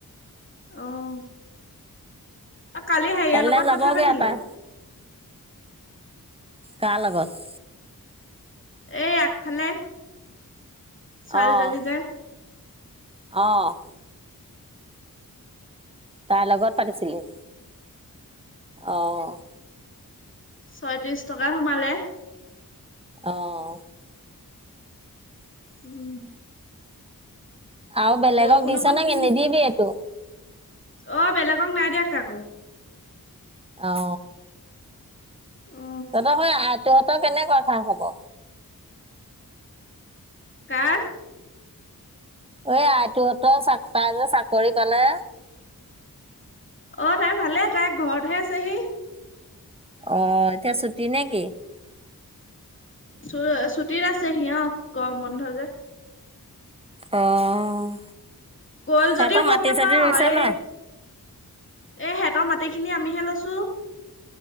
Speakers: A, on the left (about 35°); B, on the right (about 15°).
A: অ'। অ, কালি হেইয়
B: কাইলৈ
A: লগত
B: যাবগে
A: কথা পাতিলোঁ।
B: তাই। কাৰ লগত?
A: এই আগফালে, ছোৱালীজনী
B: অ',
A: যে।
B: অ'। তাইৰ লগত পাতিছিলি? অ'।
A: ছয়ত্ৰিশ টকা সোমালে।
B: অ'।
A: উম।
B: আও বেলেগক
A: বৰষুণ
B: দিছ
A: অকণ
B: নকি
A: কিন
B: নিদিবি এইটো।
A: অ', বেলেগক নাই দিয়া কাকো।
B: অ'।
A: অ
B: তহঁতৰ সৈ আইতুহঁতৰ কেনেকুৱা খা খবৰ?
A: কাৰ?
B: ঐ আইতুহঁতৰ চা তাই যে চাকৰি পালে।
A: অ', তাই ভালে তাই ঘৰতহে আছেহি।
B: অ', এতিয়া চুতি নেকি?
A: চু-ছুটিত আছে সি অ', গম বন্ধ যে।
B: অ'।
A: গ'ল
B: সিহঁতৰ
A: যদিও গম
B: মাটি
A: নাপাওঁ
B: চাটি ৰুইছে
A: এ
B: নাই?
A: এ সেহেঁতৰ মাটি খিনি আমিহে লৈছোঁ।